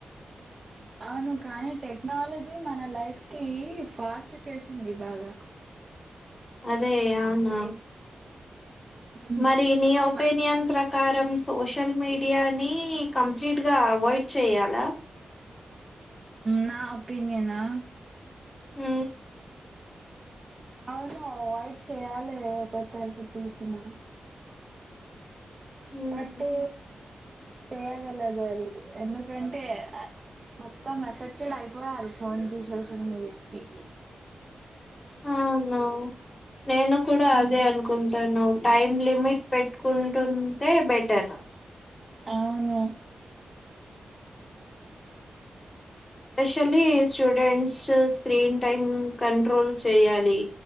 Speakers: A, on the right; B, on the left.
A: అవును కానీ టెక్నాలజీ మన లైఫ్ కి ఫాస్ట్ చేసింది బాగా
B: అదే అవునా
A: అదే మ్,
B: మరి నీ ఒపీనియన్
A: మ-
B: ప్రకారం సోషల్ మీడియా ని కంప్లీట్ గా అవ వయిట్ చేయాలా
A: నా ఒపీనియన్ ఆ
B: ఉ
A: అవును అవాయిడ్ చెయాలి ఒక తరపు చూసిన
B: ఉమ్,
A: బట్టు చేయగలగరు ఎందుకంటే మొత్తం మెసెక్టెడ్ అయిపోయాారు ఫోన్కి సోషల్ మీడియాకి
B: అవును నేను కూడా
A: మ్,
B: అదే అనుకుంటాను టైమ్ లిమిట్ పెట్టుకుంటుంటే బెటర్
A: అవును
B: especially students screen time control చేయాలి